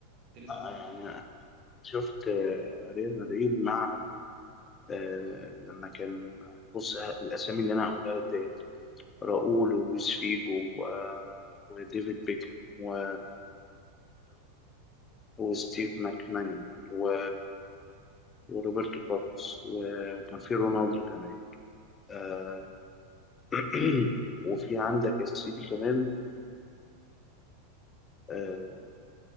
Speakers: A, on the right; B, on the left.
A: انت لسه
B: آه،
A: صغير
B: يعني شفت آه، ريال مدريد مع آه، لما كان آه، بص آه، الأسامي اللي أنا هقولها لك ديت راؤول ولويس فيجو و- آه، وديفيد بيكهام و وستيف ماكمانيمان و... وروبرتو كارلوس وكان في رونالدو كمان آه <clears throat> وفي عندك يا سيدي كمان آه